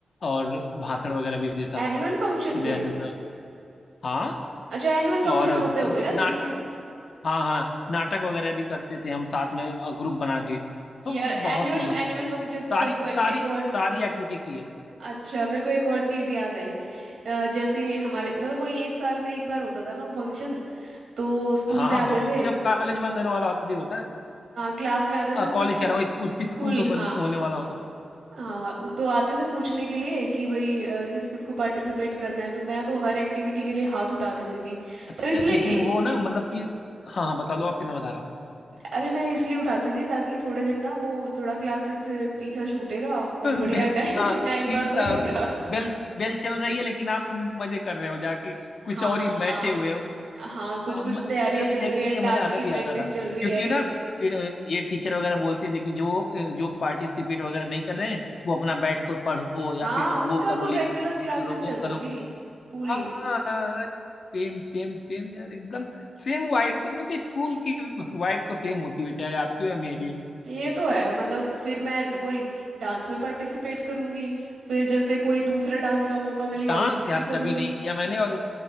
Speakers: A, on the left; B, on the right.
A: और भाषण वगैरह भी देता
B: एनुअल
A: था
B: फंक्शन
A: देन
B: पे
A: हाँ
B: अच्छा एनुअल
A: और
B: फंक्शन
A: अ,
B: होते होंगे ना
A: नाट
B: जैसे
A: हाँ हाँ नाटक वगैरह भी करते थे हम साथ में ग्रुप बना के तो
B: यार
A: बहुत
B: एनुअल
A: मतलब
B: एनुअल
A: कि
B: फंक्शन
A: सारी
B: से मेरे को
A: सारी
B: एक और
A: सारी एक्टिविटी की है
B: अच्छा मेरे को एक और चीज़ याद आई अ, जैसे हमारे मतलब वही एक साल में एक बार होता था ना वो फंक्शन तो स्कूल
A: हाँ
B: में आते
A: हाँ वो
B: थे
A: तो जब कॉलेज बंद होने वाला होता तभी होता
B: क्लास में आते थे
A: है
B: पूछने
A: कॉलेज कह रहा हूँ स्कूल <laughs>
B: स्कूल
A: स्कूल जो
B: हाँ
A: बंद होने वाला होता है
B: हाँ तो आते थे पूछने के लिए कि भाई अ, किस किस को पार्टिसिपेट करना है तो मैं तो हर एक्टिविटी के लिए हाथ उठा देती थी
A: अच्छा
B: पर इसलिए
A: लेकिन
B: ए-
A: वो ना मतलब कि हाँ हाँ बता लो आप फिर मैं बता रहा हूँ
B: अरे मैं इसलिए उठाती थी ताकि थोड़े दिन ना वो थोड़ा क्लासेस से पीछा छूटेगा और
A: <laughs>
B: बढ़िया
A: मैं
B: <laughs> टाइम
A: हाँ
B: टाइम
A: कि
B: पास होएगा
A: आ, बेल बेल चल रही है लेकिन आप मजे कर रहे हो जाके कुछ
B: हाँ
A: और ही बैठे हुए हो
B: हाँ कुछ
A: आ,
B: कुछ
A: म-
B: तैयारियां
A: एकदम
B: चल
A: एग्जैक्टली
B: रही है
A: ये
B: डांस
A: मजा हमें
B: की
A: भी
B: प्रैक्टिस
A: आता था
B: चल रही
A: क्योंकि
B: है
A: ना फिर ये टीचर वगैरह बोलते थे कि जो जो पार्टिसिपेट वगैरह नहीं कर रहे हैं वो अपना बैठ कर पढ़ो या
B: हाँ
A: फिर वो
B: उनका
A: करो
B: तो
A: लिखो
B: रेगुलर
A: ये
B: क्लासेस
A: करो वो
B: चलती
A: करो
B: थी पूरी
A: हाँ हाँ, हाँ, अरे सेम सेम सेम यार एकदम सेम वाइब थी देखो स्कूल की वाइब तो सेम होती है चाहे आपकी हो या मेरी हो
B: ये तो है मतलब फिर मैं वही डांस में पार्टिसिपेट करूंगी फिर जैसे कोई दूसरा डांस का मौका मिल गया
A: डांस
B: उसमें
A: यार
B: भी करूंगी
A: कभी नहीं किया मैंने और